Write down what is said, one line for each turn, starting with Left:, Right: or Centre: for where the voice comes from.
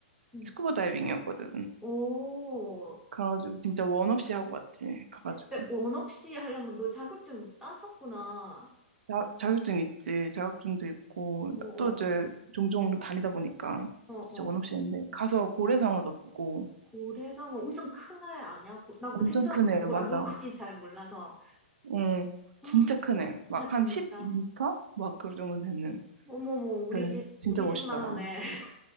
Centre: 응.
Right: 스쿠버 다이빙이었거든.
Centre: 오.
Right: 그래가지고 진짜 원 없이 하고 왔지. 가가지고.
Centre: 헉, 원 없이 하려면 너 자격증 땄었구나.
Right: 자, 자격증 있지. 자격증도 있고.
Centre: 어,
Right: 또 이제
Centre: 어,
Right: 종종 다니다 보니까
Centre: 어, 어.
Right: 진짜 원 없이 했는데. 가서 고래상어도 보고.
Centre: 고래상어 엄청 큰 애 아니야? 고- 나그
Right: 엄청
Centre: 생선
Right: 크네.
Centre: 아, 물,
Right: 맞아.
Centre: 아, 물고기 잘 몰라서
Right: 어,
Centre: <gasps>
Right: 진짜 크네. 막
Centre: 아 진짜
Right: 한 1 2터막 그 정도 되는.
Centre: 어머머 우리
Right: 그
Centre: 집
Right: 진짜
Centre: 우리
Right: 멋있더라.
Centre: 집만 하네 <laughs>